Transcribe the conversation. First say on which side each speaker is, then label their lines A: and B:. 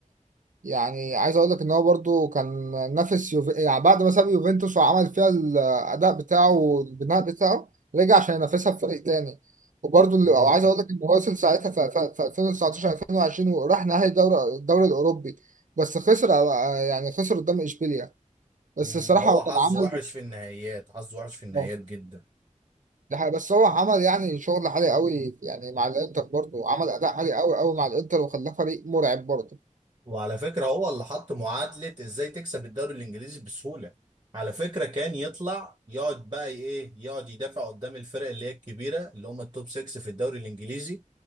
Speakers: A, on the right (about 75°); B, on the right (about 35°).
A: يعني عايز اقول لك ان هو برضو كان نافس يوف... يعني بعد ما ساب يوفنتوس وعمل فيها الاداء بتاعه والبناء بتاعه رجع عشان ينافسها في فريق تاني وبرضو اللي...
B: لوتو
A: وعايز اقول لك ان هو وصل ساعتها في في- في 2019 2020 وراح نهائي الدوري الدوري الاوروبي بس خسر آه، يعني خسر قدام اشبيليا بس
B: مم.
A: الصراحة
B: هو
A: هو كان
B: حظه
A: عمل
B: وحش في النهائيات حظه وحش في النهائيات
A: اه
B: جدا
A: ده حقيقة. بس هو عمل يعني شغل عالي قوي يعني مع الانتر برضه عمل اداء عالي قوي قوي مع الانتر وخلاه فريق مرعب برضه
B: وعلى فكرة هو اللي حط معادلة ازاي تكسب الدوري الانجليزي بسهولة على فكرة كان يطلع يقعد بقى ايه يقعد يدافع قدام الفرق اللي هي الكبيرة اللي هم التوب 6 في الدوري الانجليزي